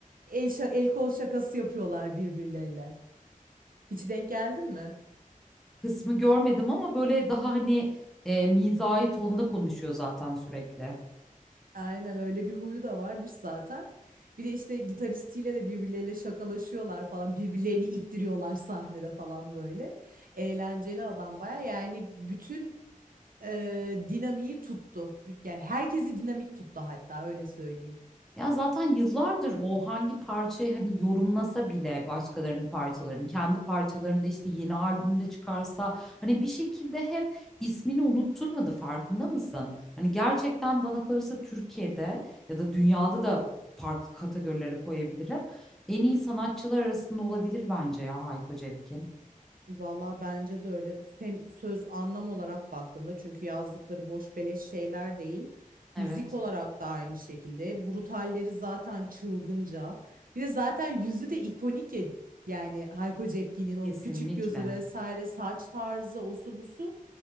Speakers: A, on the right; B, in the centre.
A: el, şa- el kol şakası yapıyorlar birbirlerine. Hiç denk geldin mi?
B: Kısmı görmedim ama böyle daha hani e, mizahi tonda konuşuyor zaten sürekli.
A: Aynen öyle bir huyu da varmış zaten. Bir de işte gitaristiyle de birbirleriyle şakalaşıyorlar falan. Birbirlerini ittiriyorlar sahnede falan böyle. Eğlenceli adam baya. Yani bütün e, dinamiği tuttu. Bü- Yani herkesi dinamik tuttu hatta öyle söyleyeyim.
B: Ya zaten yıllardır o hangi parçayı hani yorumlasa bile başkalarının parçalarını, kendi parçalarını da işte yeni albümde çıkarsa hani bir şekilde hep ismini unutturmadı farkında mısın? Hani gerçekten bana kalırsa Türkiye'de ya da dünyada da farklı kategorilere koyabilirim. En iyi sanatçılar arasında olabilir bence ya Hayko Cepkin.
A: Valla bence de öyle. Hem söz anlam olarak baktığında çünkü yazdıkları boş beleş şeyler değil.
B: Evet,
A: Müzik olarak da aynı şekilde. Brutalleri zaten çılgınca. Bir de zaten yüzü de ikonik ya. Yani Hayko Cepkin'in o
B: kesinlikle.
A: küçük gözü vesaire saç tarzı osu busu